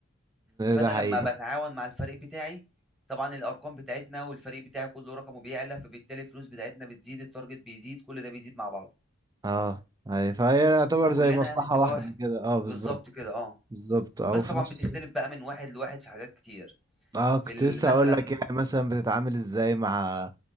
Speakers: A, in the centre; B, on the right.
A: فانا
B: ده حقيقي
A: لما بتعاون مع الفريق بتاعي طبعا الارقام بتاعتنا والفريق بتاعي كله رقمه بيعلى فبالتالي الفلوس بتاعتنا بتزيد التارجت بيزيد كل ده بيزيد مع بعضه
B: اه ايوه فهي يعتبر
A: فكلنا
B: زي مصلحة
A: يعني بتبقى
B: واحدة
A: واحد
B: كده اه بالظبط
A: بالظبط كده اه
B: بالظبط او
A: بس
B: في
A: طبعًا
B: نفس
A: بتختلف بقى من واحد لواحد في حاجات كتير،
B: اه كنت
A: في ال
B: لسه
A: مثلًا
B: هقول لك يعني مثلا بتتعامل ازاي مع